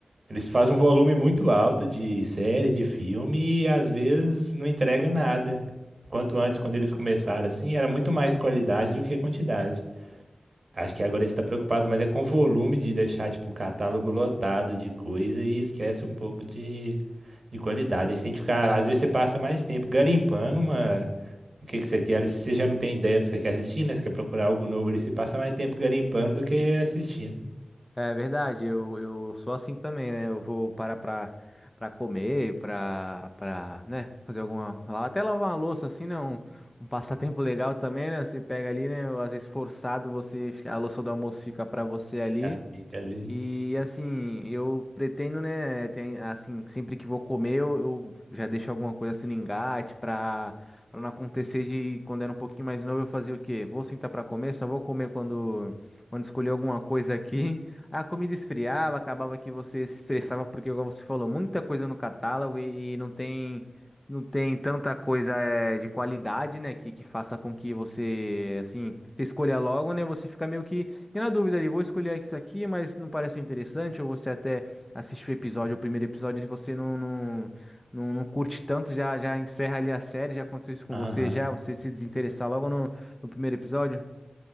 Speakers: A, on the right (about 50°); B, on the left (about 15°).
A: eles fazem um volume muito alto de série, de filme e às vezes não entrega nada. Quanto antes, quando eles começaram assim, era muito mais qualidade do que quantidade. Acho que agora eles estão preocupados mais é com o volume de deixar tipo o catálogo lotado de coisa e esquece um pouco de, de qualidade. Aí você tem que ficar, às vezes você passa mais tempo garimpando uma o que que você quer, ali, se você já não tem ideia do que você quer assistir, né? Você quer procurar algo novo ali, você passa mais tempo garimpando do que assistindo.
B: É verdade, eu, eu sou assim também, né? Eu vou parar pra, pra comer, pra, pra, né? Fazer alguma. lá- Até lavar uma louça, assim, né? Um, um passatempo legal também, né? Você pega ali, né? Às vezes forçado, você, a louça do almoço fica pra você ali.
A: Já fica ali.
B: E assim, eu pretendo, né, tem, assim, sempre que vou comer, eu, eu já deixo alguma coisa assim no engate pra, pra não acontecer de quando era um pouquinho mais novo eu fazia o quê? Vou sentar pra comer, só vou comer quando quando escolher alguma coisa aqui. <laughs> A comida esfriava, acabava que você se estressava porque, igual você falou, muita coisa no catálogo e, e não tem não tem tanta coisa eh, de qualidade, né, que, que faça com que você, assim, você escolha logo, né, você fica meio que Fiquei na dúvida ali, vou escolher isso aqui, mas não parece interessante, ou você até assiste o episódio, o primeiro episódio, e você não, não, não, não curte tanto, já, já encerra ali a série, já aconteceu isso com
A: Aham.
B: você, já, você se desinteressar logo no, no primeiro episódio?